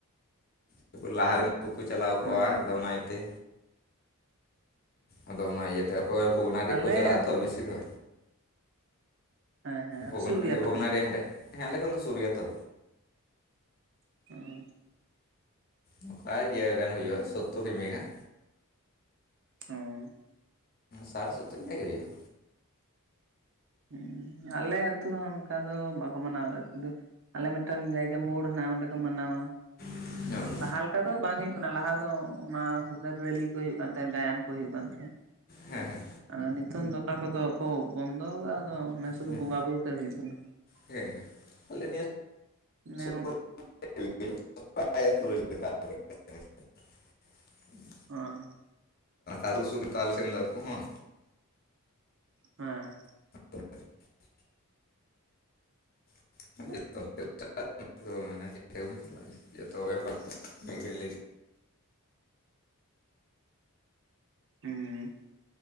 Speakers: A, on the left; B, on the right.
A: ᱱᱩᱠᱩ ᱞᱟᱦᱟᱨᱤᱱ ᱠᱚᱠᱚ ᱪᱟᱞᱟᱣ ᱠᱚᱜᱼᱟ
B: ᱦᱮᱸ
A: ᱟᱫᱚ ᱚᱱᱟ ᱤᱭᱟᱹᱛᱮ ᱟᱫᱚ ᱚᱱᱟ ᱤᱭᱟᱹᱛ ᱛᱮ ᱚᱠᱚᱭ ᱵᱷᱚᱜᱽᱱᱟᱰᱤ
B: ᱟᱞᱮ
A: ᱠᱚ ᱪᱟᱞᱟᱜᱼᱟ
B: ᱟᱹᱛᱩ
A: ᱛᱚ ᱵᱮᱥᱤ
B: ᱨᱮ
A: ᱫᱚ᱾
B: ᱦᱮᱸ ᱦᱮᱸ
A: ᱵᱷᱚᱜᱽᱰᱮ
B: ᱥᱩᱨ ᱜᱮᱭᱟ ᱟᱯᱮ
A: ᱵᱷᱚᱜᱽᱱᱟᱰᱤ
B: ᱠᱷᱚᱱ ᱫᱚ
A: ᱦᱟᱸᱰᱮ ᱦᱮᱸ ᱟᱞᱮ ᱠᱷᱚᱱ ᱫᱚ ᱥᱩᱨ ᱜᱮᱭᱟᱛᱚ᱾
B: <inaudible>
A: ᱱᱚᱠᱟ ᱤᱭᱟᱹ ᱜᱟᱱ ᱦᱩᱭᱩᱜᱼᱟ ᱥᱳᱛᱛᱳ ᱠᱤᱢᱤ ᱜᱟᱱ
B: <inaudible>
A: ᱥᱟᱴ ᱥᱩᱛ ᱤᱱᱠᱟᱜ ᱜᱮ ᱦᱩᱭᱩᱜᱼᱟ
B: ᱦᱩᱸ ᱟᱞᱮ ᱟᱹᱛᱩ ᱨᱮᱦᱚᱸ ᱚᱱᱠᱟ ᱫᱚ ᱵᱟᱠᱚ ᱢᱟᱱᱟᱣᱮᱫᱟ ᱠᱤᱱᱛᱩ ᱟᱞᱮ ᱢᱤᱫᱴᱟᱝ ᱡᱟᱭᱜ ᱼᱼ ᱠᱮ ᱢᱳᱲ ᱦᱮᱱᱟᱜᱼᱟ ᱚᱸᱰᱮ ᱠᱚ ᱢᱟᱱᱟᱣᱟ᱾
A: <inaudible>
B: ᱞᱟᱦᱟ ᱞᱮᱠᱟ ᱫᱚ ᱵᱟᱝ ᱦᱩᱭᱩᱜ ᱠᱟᱱᱟ ᱞᱟᱦᱟ ᱫᱚ ᱚᱱᱟ ᱨᱮᱞᱤ ᱠᱚ ᱦᱩᱭᱩᱜ ᱠᱟᱱ ᱛᱟᱦᱮ ᱜᱟᱭᱟᱱ ᱠᱚ ᱦᱩᱭᱩᱜ ᱠᱟᱱ ᱛᱟᱦᱮᱸᱱ᱾
A: ᱦᱮᱸ ᱦᱮᱸ
B: ᱟᱫᱚ ᱱᱤᱛᱚᱝ ᱫᱚ ᱚᱱᱟ ᱠᱚᱫᱚ ᱠᱚ ᱵᱚᱱᱫᱚ ᱟᱠᱟᱫᱼᱟ ᱫᱚ ᱚᱱᱟ ᱥᱩᱫᱩ
A: ᱦᱮᱸ
B: ᱵᱚᱸᱜᱟ ᱵᱩᱨᱩ ᱛᱮᱫ ᱦᱩᱭᱩᱜ ᱠᱟᱱᱟ᱾
A: ᱦᱮᱸ ᱦᱮᱸ ᱟᱞᱮ ᱱᱤᱭᱟᱹ
B: ᱚᱱᱮ
A: ᱥᱚ ᱯᱚᱫ <unintelligible> <unintelligible>
B: ᱚᱸ
A: ᱟᱫᱚ <inaudible> ᱥᱩᱨ ᱛᱚ ᱟᱞᱮ ᱥᱮᱱᱫᱚ ᱟ. ᱛᱩ ᱦᱚᱸ
B: ᱦᱮᱸ
A: <inaudible> <inaudible>
B: <inaudible>